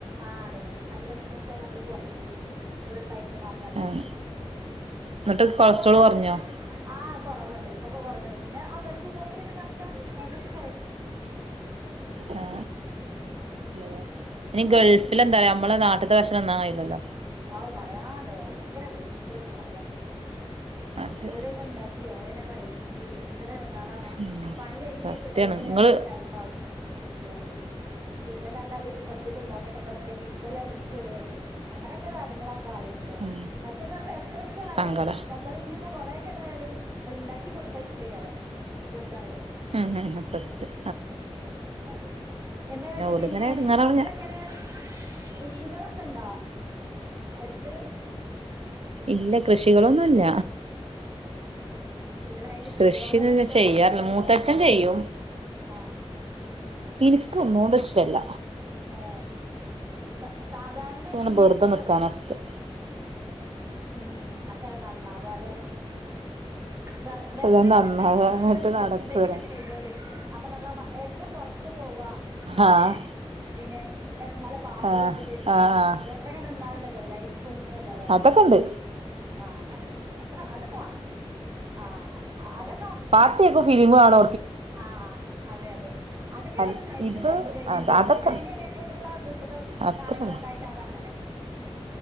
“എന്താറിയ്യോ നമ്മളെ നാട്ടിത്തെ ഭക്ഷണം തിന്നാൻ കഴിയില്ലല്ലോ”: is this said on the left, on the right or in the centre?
Right